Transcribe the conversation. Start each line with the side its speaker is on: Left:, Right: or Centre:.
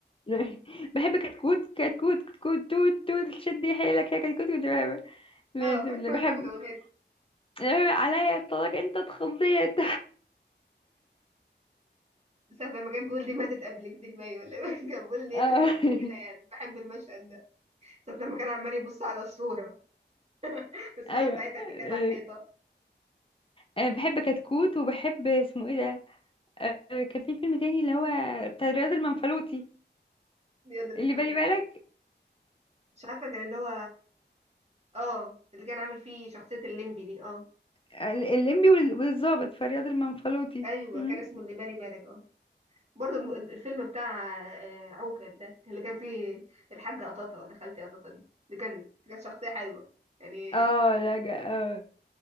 Left: <laughs> بحب كتكوت كتكوت كتكوت توت توت شدي حيلك يا كتكوت كنت بحبه لازم
Right: اه
Left: اللي
Right: <laughs>
Left: بحبه
Right: بالاغنيه دي
Left: اللي بحب عليا الطلاق انت اتخضيت
Right: ساعة لما كان بيقول دي ماتت قبلك دي باي ولا إيه؟ <laughs> كان بيقول ان
Left: <laughs>
Right: هي
Left: اه
Right: ماتت قبل كده يعني بحب المشهد ده ساعة لما كان عمال يبص على الصوره <laughs> الصوره
Left: ايوه
Right: بتاعتها اللي
Left: آه،
Right: كانت على الحيطه
Left: انا بحب كتكوت وبحب اسمه ايه ده آه، كان في فيلم تاني اللي هو بتاع رياض المنفلوطي
Right: دي أظن-
Left: اللي بالي بالك
Right: مش عارفه كان اللي هو اه اللي كان عامل فيه شخصيه الليمبي دي اه
Left: آه، الليمبي وال- والظابط في رياض المنفلوطي
Right: ايوه
Left: مم.
Right: كان اسمه اللي بالي بالك اه برضه الم- الفيلم بتاع آه، عوكل ده اللي كان فيه الحاجه قطاطه ولا خالتي قطاطه دي اللي كان كانت شخصيه حلوه يعني
Left: اه لا جا... آه.